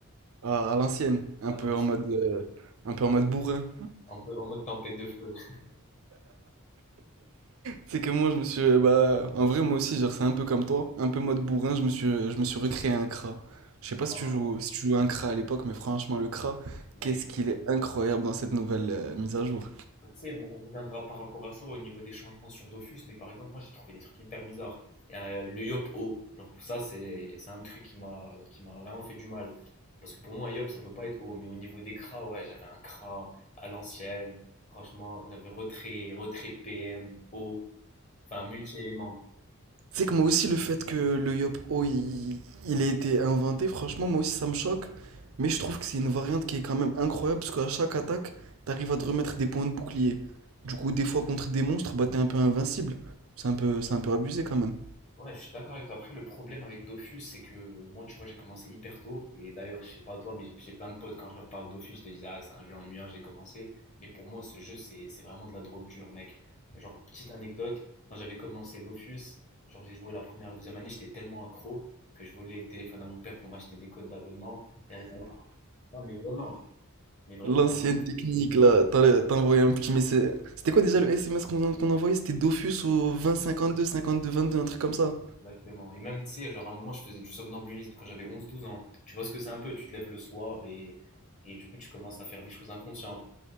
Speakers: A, on the right (about 65°); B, on the left (about 35°).
A: À, à l'ancienne, un
B: à
A: peu
B: l'ancienne,
A: en mode, euh, un peu en mode bourrin.
B: un peu en mode tempête de feu. <laughs>
A: C'est que moi, je me suis. Bah, en vrai, moi aussi, genre, c'est un peu comme toi. Un peu mode bourrin, je me suis, je me suis recréé un CRA. Je sais pas si
B: Oh,
A: tu joues, si tu jouais un CRA à l'époque, mais franchement, le CRA,
B: mec.
A: qu'est-ce qu'il est incroyable dans cette nouvelle euh, mise à jour.
B: Tu sais, on, on reviendra par rapport à ça au niveau des changements sur Dofus, mais par exemple, moi j'ai trouvé des trucs hyper bizarres. euh, le yop O, genre pour ça, c'est c'est un truc qui m'a qui m'a vraiment fait du mal. Parce que pour moi, un yop, ça peut pas être O, mais au niveau des cras, ouais, j'avais un cra à l'ancienne, franchement, j'avais retrait, retrait PM, O, enfin multi-éléments.
A: C'est que moi aussi, le fait que le o il, il ait été inventé, franchement, moi aussi, ça me choque. Mais je trouve que c'est une variante qui est quand même incroyable, parce qu'à chaque attaque, t'arrives à te remettre des points de bouclier. Du coup, des fois, contre des monstres, bah, t'es un peu invincible. C'est un peu, c'est un peu abusé quand même.
B: Ouais, je suis d'accord avec toi. Après, le problème avec Dofus, c'est que moi, tu vois, j'ai commencé hyper tôt. Et d'ailleurs, je sais pas toi, mais j'ai j'ai plein de potes, quand je leur parle de Dofus, ils te disent, Ah, c'est un jeu ennuyant, j'ai commencé. Mais pour moi, ce jeu, c'est c'est vraiment de la drogue dure, mec. Genre, petite anecdote, quand j'avais commencé Dofus, genre, j'ai joué la première, la deuxième année, j'étais tellement accro que je volais le téléphone à mon père pour m'acheter des codes d'abonnement. Et à- un moment- Non, mais vraiment, mais vraiment,
A: L'ancienne
B: à un moment,
A: technique, là, t'as t'as envoyé un petit message. C'était quoi déjà le SMS qu'on qu'on envoyait? C'était Dofus au vingt cinquante deux cinquante deux vingt deux un truc comme ça.
B: Exactement. Et même, tu sais, genre à un moment, je faisais du somnambulisme quand j'avais onze douze ans. Tu vois ce que c'est un peu, tu te lèves le soir et, et du coup, tu commences à faire des choses inconscientes.